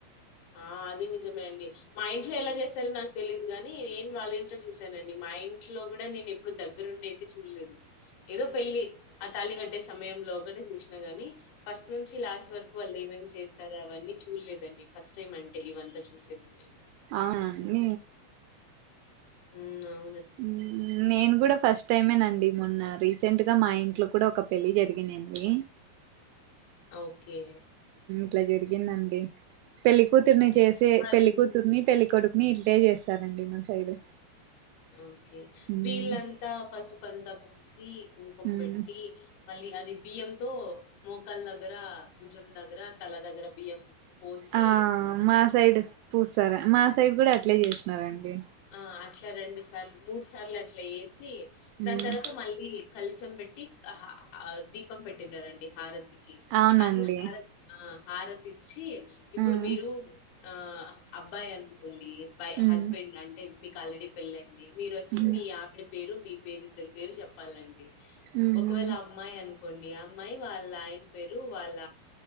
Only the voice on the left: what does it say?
ఆ అది నిజమే అండి, మా ఇంట్లో ఎలా చేస్తారో నాకు తెలియదు కాని నేను వాళ్ళ ఇంట్లో చూసానండి మా ఇంట్లో కూడా నేను ఎప్పుడు దగ్గరుండి అయితే చూడలేదు, ఏదో పెళ్లి ఆ తాళి కట్టే సమయంలో కూడాే చూసినా గాని ఫస్ట్ నుంచి లాస్ట్ వరకు వాళ్ళు ఏమం చేస్ సే అవన్నీ చూడలేదండి ఫస్ట్ టైం అంటే ఇవంతా చూసింది నేను
మ్
ఓకే
హ్మ్.
వాళ్ళు
ఓకే
వీళ్ళంతా పసుపంత సీ కుంకుం
పెట్టి మళ్ళి అది బియ్యంతో మోకాలు దగ్గర భుజం దగ్గర తల దగ్గర బియ్యం పోసి
ఆ అట్ల రెండు సార్లు మూడు సార్లు అట్ల ఏస్ సి దాని
తర్వాత మళ్ళీ కల్సం పెట్టి ఆహా ఆ దీపం పెట్టినారండి హారతి కి
అది <inaudible> ఆ హారతి సి ఇప్పుడు
మీరు ఆ అబ్బాయన్ అండి బై హస్బెండ్
అం మీక్ ఆల్రెడీ పెళ్ళై మీరు వచ్చి
మీ ఆవిడ పేరు మీ పేరు ఇద్దరు పేర్లు చెప్పాలండి
ఒకవేళ అమ్మాయి అను కొండి అమ్మాయి వాళ్ళ ఆయన పేరు వాళ్ళ